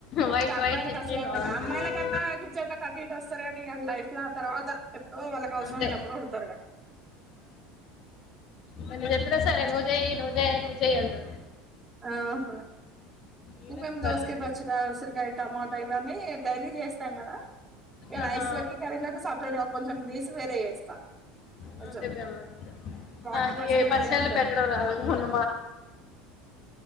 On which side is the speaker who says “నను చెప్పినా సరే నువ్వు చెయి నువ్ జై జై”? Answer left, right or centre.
Left